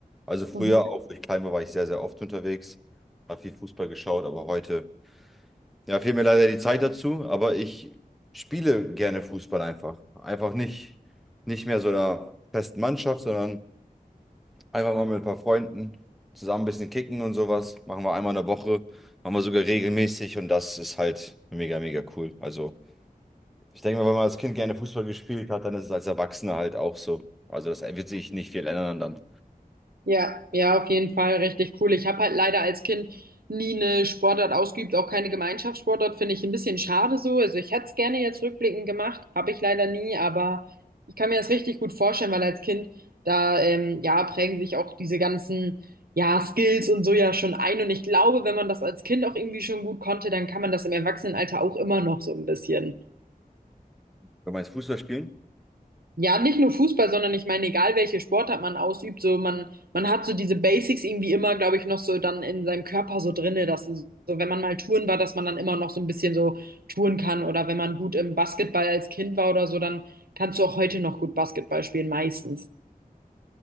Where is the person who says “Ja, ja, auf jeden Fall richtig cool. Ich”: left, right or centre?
Right